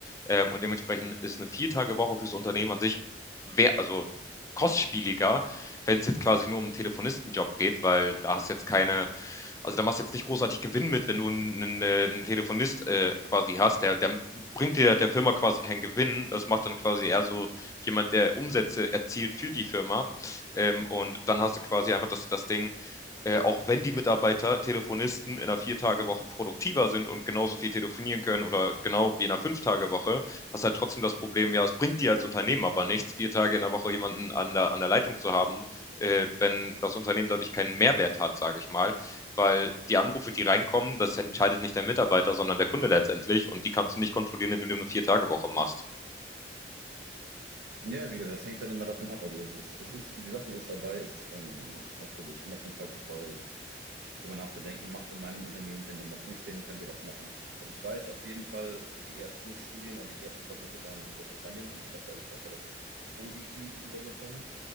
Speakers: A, on the left; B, on the right.
A: Ähm, und dementsprechend ist eine Vier-Tage-Woche fürs Unternehmen an sich, wer, also kostspieliger, wenn es jetzt quasi nur um einen Telefonistenjob geht, weil da hast jetzt keine, also da machst du jetzt nicht großartig Gewinn mit, wenn du einen, einen Telefonist äh, quasi hast. Der, der, bringt dir der Firma quasi keinen Gewinn. Das macht dann quasi eher so jemand, der Umsätze erzielt für die Firma. Ähm, und dann hast du quasi einfach das, das Ding, äh, auch wenn die Mitarbeiter, Telefonisten in einer Vier-Tage-Woche produktiver sind und genauso viel telefonieren können oder genau wie in einer Fünf-Tage-Woche, hast halt trotzdem das Problem, ja, es bringt dir als Unternehmen aber nichts, vier Tage in der Woche jemanden an der, an der Leitung zu haben, äh, wenn das Unternehmen dadurch keinen Mehrwert hat, sage ich mal, weil die Anrufe, die reinkommen, das entscheidet nicht der Mitarbeiter, sondern der Kunde letztendlich und die kannst du nicht kontrollieren, indem du eine Vier-Tage-Woche machst.
B: Ja, wie gesagt, das hängt halt immer davon ab. Also es ist, es ist, die Sachen ist dabei, ist, ähm, es ist natürlich immer von Fall zu Fall darüber nachzudenken, macht es in meinem Unternehmen Sinn und macht es nicht Sinn, können wir das machen. Also ich weiß auf jeden Fall, die ersten Studien und die ersten Versuche waren in Großbritannien und ich glaube, da ist es auch relativ positiv rübergekommen.